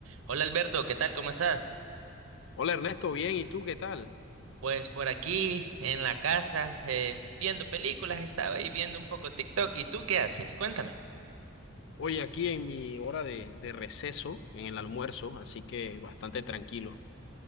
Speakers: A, on the right (about 85°); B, on the left (about 60°).
A: Hola Alberto, ¿qué tal? ¿Cómo estás?
B: Hola Ernesto, bien, ¿y tú qué tal?
A: Pues por aquí en la casa, eh, viendo películas, estaba y viendo un poco TikTok. ¿Y tú qué haces? Cuéntame.
B: Hoy aquí en mi hora de, de receso, en el almuerzo, así que bastante tranquilo.